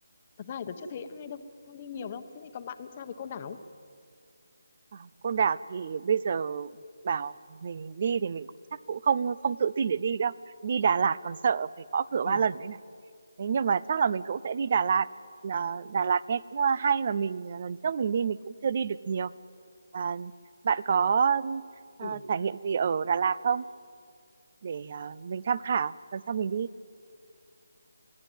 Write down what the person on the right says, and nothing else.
À, Côn Đảo thì bây giờ bảo mình đi thì mình cũng chắc cũng không không tự tin để đi đâu. Đi Đà Lạt còn sợ phải gõ cửa
ba lần đấy này. Thế nhưng mà chắc là mình cũng sẽ đi Đà Lạt. À, Đà Lạt nghe cũng à, hay mà mình à, lần trước mình đi mình cũng chưa đi được nhiều. À, bạn có à,
trải nghiệm gì ở Đà Lạt không để à, mình tham khảo lần sau mình đi.